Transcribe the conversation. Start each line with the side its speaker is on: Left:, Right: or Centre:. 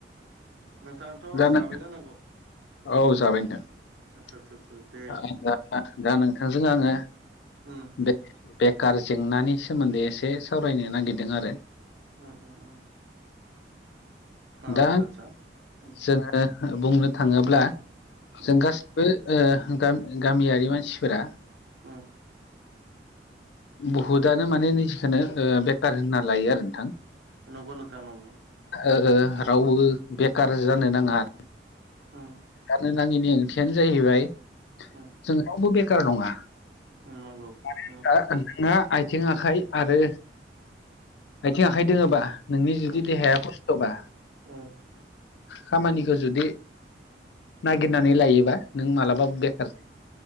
Right: नोंथाङाथ'
Left: नों
Right: जाबाय जानांगौ
Left: औ जाबाय नोंथां
Right: आदसा आदसा आदसा दे
Left: दा नोंथांजों आङो
Right: उम
Left: बे-बेखार जेंनानि सोमोन्दै एसे सावरायनो नागिरदों आरो
Right: उम उम‌ उम आदसा
Left: दा
Right: आदसा उम
Left: जोङो बुंनो थाङोब्ला
Right: उम
Left: जों गास बो ओ गाम-गामियारि मानसिफोरा
Right: उम
Left: बहुदानो माने निजेखोनो बेखार होनना लायो आरो नोंथां।
Right: नंगौ नोंथां नंगौ
Left: ओ ओ रावबो बेखार जानो नाङा आरो
Right: उम
Left: गारनो नाङैनि ओंथियानो जाहैबाय
Right: ओम
Left: जों रावबो बेखार नङा
Right: ओम नंगौ।
Left: मानो
Right: उम
Left: होनबा जोङो आयथें आखाइ आरो आयथें आखाइ दोङोबा नोंनि जुदि
Right: उम
Left: देहाया खस्थ'बा
Right: उम
Left: खामानिखो जुदि नागिरनानै लायोबा नों मालाबाो
Right: उम
Left: बेखार